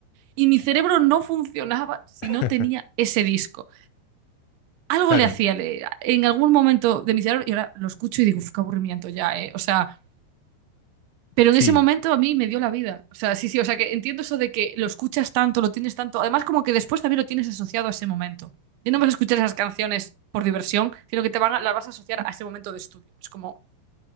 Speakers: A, on the right; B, on the left.
A: Y mi cerebro no funcionaba si
B: <laughs>
A: no tenía ese disco. Algo
B: Claro,
A: le hacía leer en algún momento de mi cerebro y ahora lo escucho y digo, "Uf, qué aburrimiento ya, ¿eh? O sea, pero
B: sí,
A: en ese momento a mí me dio la vida. O sea, sí, sí, o sea, que entiendo eso de que lo escuchas tanto, lo tienes tanto. Además, como que después también lo tienes asociado a ese momento. Ya no vas a escuchar esas canciones por diversión, sino que te van a- las vas a asociar a ese momento de estudio. Es como,